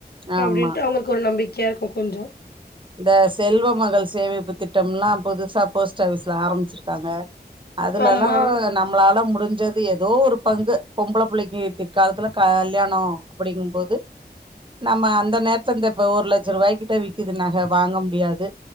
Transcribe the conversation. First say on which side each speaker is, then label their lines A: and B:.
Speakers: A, on the right; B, on the left.
A: ஆமா
B: அப்டின்ட்டு அவுங்களுக்கு ஒரு நம்பிக்கையா இருக்கோ கொஞ்சோ
A: இந்த செல்வ மகள் சேமிப்பு திட்டம்ல்லா புதுசா போஸ்ட் ஆஃபிஸ்ல ஆரம்பிச்சிருக்காங்க அதுலல்லா
B: ஆமா
A: நம்மளால முடிஞ்சது ஏதோ ஒரு பங்கு பொம்பள புள்ளைக் கு பிற்காலத்துல கல் கல்யானோ அப்டிங்கு போது நம்ம அந்த நேரத்த இந்த இப்ப ஒரு லட்சோருபாய்கிட்ட விக்குது நக வாங்க முடியாது